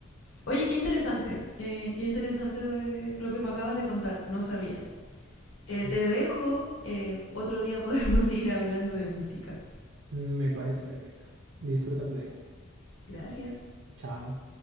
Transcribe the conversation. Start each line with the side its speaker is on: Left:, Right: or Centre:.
Left: Oye, qué interesante, qué, qué interesante de lo que me acabas de contar, no sabía. Eh,
Right: Ya,
Left: te dejo, eh, otro día podremos <laughs> seguir hablando de música.
Right: Me parece perfecto. Disfruta tu día.
Left: Gracias.
Right: Chao.